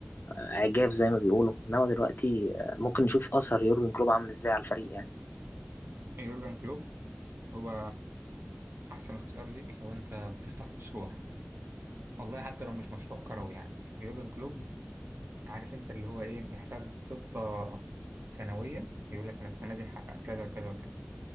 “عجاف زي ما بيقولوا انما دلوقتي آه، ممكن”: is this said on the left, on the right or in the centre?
Left